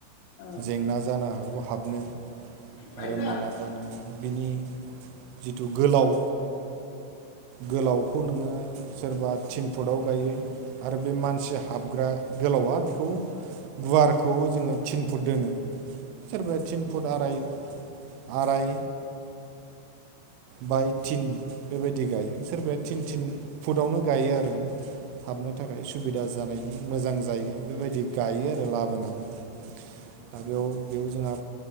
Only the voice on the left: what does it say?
औ
औ
<inaudible>